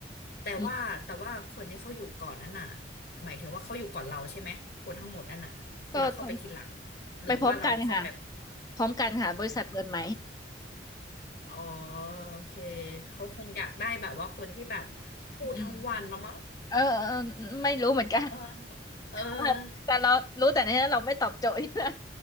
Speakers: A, on the left (about 60°); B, on the left (about 20°).
A: แต่ว่าแต่ว่าคนที่เขาอยู่ก่อนนั้นน่ะ
B: อืม
A: หมายถึงว่าเขาอยู่ก่อนเราใช่ไหมคนทั้งหมดนั่นน่ะคือเราเข้าไปทีหลัง
B: ก็ทำไปพร้อมกันค่ะ
A: หรือว่าเราเข้าไป
B: พร้อมกันค่ะบริษัทเปิดไหม
A: อ๋อโอเคเขาคงอยากได้แบบว่าคนที่แบบพูดทั้งวันแล้วมั้ง
B: <laughs> อืมเออเออไม่รู้เหมือนกัน
A: เออเออ
B: อ่ะแต่เรารู้แต่เนี้ยเราไม่ตอบโจทย์นะ